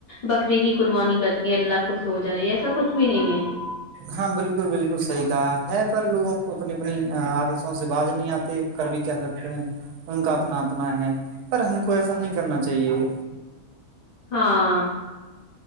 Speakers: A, on the left; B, on the right.
A: بکرے کی قربانی کر کے اللہ خوش ہو جائے ایسا کچھ بھی نہیں ہے
B: ہاں بالکل بالکل صحی کہا ہے پر لوگوں کو اپنی اپنی آدشوں سے باز نہیں آتے کر بھی کیا سکتے ہیں ان کا اپنا اپنا ہے پر ہم کو ایسا نہیں کرنا چاہیے
A: ہاں